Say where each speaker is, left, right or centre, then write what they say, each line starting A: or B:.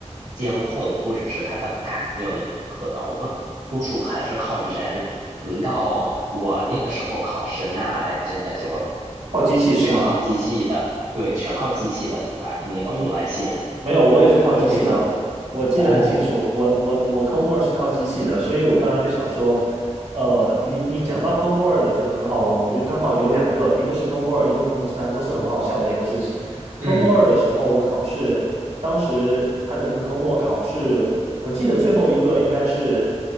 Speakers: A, on the right (about 80°); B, on the right (about 60°).
A: 监控，或者是它的感应，可能多数还是靠人。轮到我那个时候考试，那真的就
B: 泡机器是吗？
A: 全靠机器的，对，全靠机器的紫外那个红外线，
B: 嗯，没有，我也是靠机器的，
A: 就非常
B: 我记得很清楚，
A: 哦，
B: 我我的我科目二是靠机器的，所以我刚才就想说，呃，你你讲到科目二的这个很好玩，我觉得刚好有两个，一个是科目二，一个科目三，都是很好笑的一个事情。科目二的时候，
A: 嗯
B: 我考试，当时他的那个科目考试，我记得最后一个应该是